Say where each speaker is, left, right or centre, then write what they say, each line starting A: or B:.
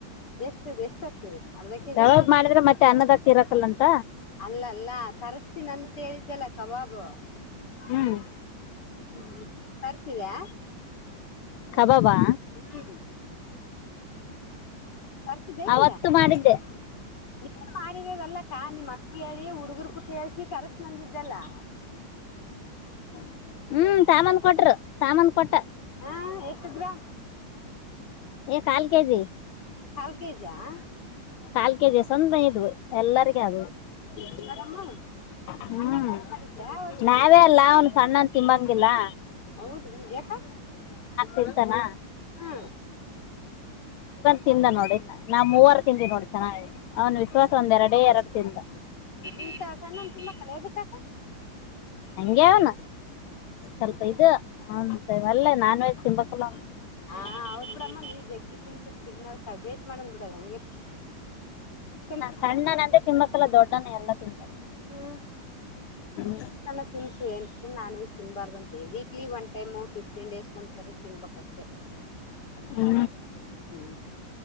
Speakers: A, on the left; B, on the left.
A: ಎಷ್ಟಿದೆ ಎಷ್ಟ್ ಹಾಕ್ತಿರಿ ಅರ್ಧ ಕೆಜಿ
B: ಕಬಾಬ್
A: ಕಾಲ್
B: ಮಾಡಿದ್ರೆ
A: <inaudible>
B: ಮತ್ತೆ ಅನ್ನದಾಗ ತಿರಕಲ್ಲಂತ
A: ಅಲ್ಲ ಅಲ್ಲಾ ತರಸ್ತೀನಿ ಅಂತ ಹೇಳಿದ್ದೆಲ್ಲಾ ಕಬಾಬು
B: ಹ್ಮ್
A: <inaudible> ಹ್ಮ ತರ್ಸಿದ್ಯಾ.
B: ಕಬಾಬಾ
A: ಹ್ಮ. ತರ್ಸಿದೆ
B: ಅವತ್ತು
A: ಇಲ್ಲಾ
B: ಮಾಡಿದ್ದೆ
A: <unintelligible> ಅಲ್ಲಕ್ಕಾ ನಿಮ್ಮಕ್ಗ್ ಹೇಳಿ ಹುಡುಗರು ಕುಟ ಹೇಳ್ಸಿ ಕರ್ಸತ್ನ್ ಅಂದಿದ್ದೆಲ್ಲಾ
B: <inaudible> ಹ್ಮ್ ತಾಮನ್ ಕೊಟ್ರು ತಾಮನ್ ಕೊಟ್ಟಾ
A: ಹಾ ಎಷ್ಟ ಗ್ರಾಮ್
B: ಏ ಕಾಲ್ ಕೆ ಜಿ.
A: ಕಾಲ್ ಕೆ ಜಿ ಆಆ
B: ಕಾಲ್ ಕೆ ಜಿ ಸಂನಗ್ ಇದ್ವು ಎಲ್ಲರಿಗೂ ಅದ್ವೂ <unintelligible>
A: ಮೇಡಮ್ಮು
B: <inaudible> ಹ್ಮ್
A: ಅನ್ನ ಬೇಳೆ ಮಾಡಿದ್ದೆ ಅವತ್ತು
B: ನಾವೇ ಅಲ್ಲಾ ಅವನ್ ಸಣ್ಣನ್ ತಿಂಬಂಗಿಲ್ಲಾ
A: ಹೌದನ ಯಾಕ
B: ತಿಂತಾನ
A: <inaudible> ಹ್ಮ
B: ತಿನ್ನಲ್ಲ್ ನೋಡ ನಾ ಮೂವರು ತಿಂದ್ವಿ ನೋಡ ಚೆನ್ನಾಗಿ ಐತಿ ಅವನ್ ವಿಶ್ವಾಸ ಒಂದ ಎರಡೇ ಎರಡ ತಿಂದಾ.
A: ಈತ ಸಣ್ಣನ್ ತಿಂಬಕಿಲ್ಲ ಎದುಕಕಾ
B: ಹಂಗೆ ಅವನ್ <inaudible> ಸ್ವಲ್ಪ ಇದ ಅವನ್ ವಲ್ಲೆ ನಾನ್ ವೆಜ್ ತಿಂಬಕಿಲ್ಲ ಅವನ್
A: ಹಾ ಹಾ ಹೌದ್ ಬಿಡಮ್ಮ್ ನೀವು ಜಗ್ಗಿ ತಿಂತಿತಿರಿ ಮಾಡಂದ್ ಬಿಡ ನಮಗೆ <unintelligible>
B: ಸಣ್ಣನಂದೆ ತಿನ್ಂಬಕ್ಕಲ್ಲ ದೊಡ್ಡವನೆ ಎಲ್ಲ ತಿಂತಾನ
A: ಹ್ಮ
B: ಹ್ಮ್
A: <unintelligible> ತಿನ್ಸು ಏನ್ ನಾನ್ ವೆಜ್ ತಿನ್ಬಾರ್ದ ಅಂತೆ weekly one time fifteen days ಒಂದ್ಸಾರಿ ತಿನ್ಬೇಕು ಅಷ್ಟೆ.
B: ಹ್ಮೂ
A: ಹ್ಞೂ